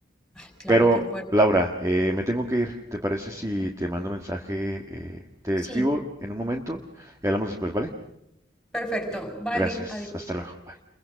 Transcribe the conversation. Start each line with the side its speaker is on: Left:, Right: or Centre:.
Centre: Claro,
Right: Pero,
Centre: qué fuerte.
Right: Laura, eh, me tengo que ir. ¿Te parece si te mando mensaje, eh, te
Centre: Sí,
Right: escribo en un momento y hablamos después, ¿vale?
Centre: perfecto. Vale,
Right: Gracias.
Centre: adiós.
Right: Hasta luego. Bye.